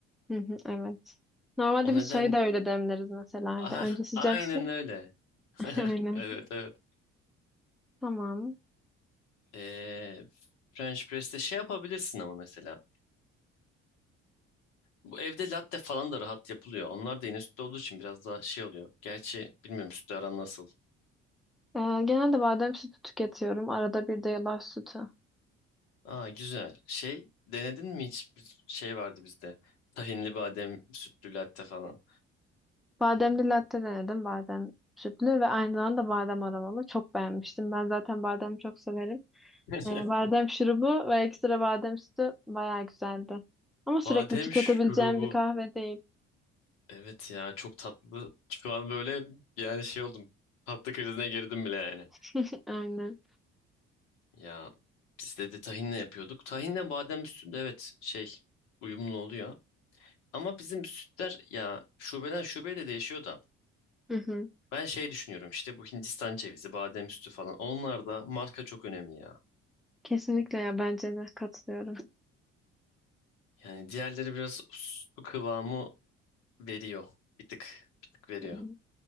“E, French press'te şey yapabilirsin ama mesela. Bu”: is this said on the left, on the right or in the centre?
Left